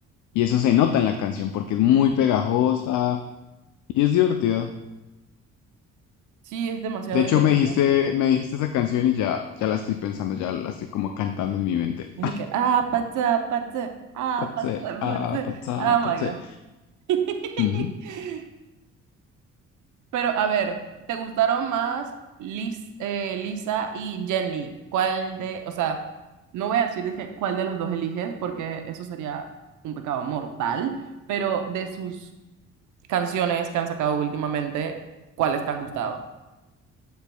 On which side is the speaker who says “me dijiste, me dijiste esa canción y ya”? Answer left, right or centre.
Left